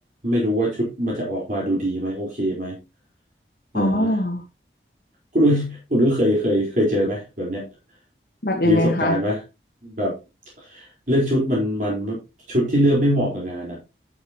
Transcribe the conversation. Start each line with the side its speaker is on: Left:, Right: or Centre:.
Right: ไม่รู้ว่าชุดมันจะออกมาดูดีไหมโอเคไหม
Left: อ๋อ
Right: อ่า คุณอุ้ยคุณอุ้ยเคยเคยเคยเจอไหมแบบเนี้ย
Left: แบบยังไงคะ
Right: มีประสบการณ์ไหมแบบเลือกชุดมันมันชุดที่เลือกไม่เหมาะกับงานอะ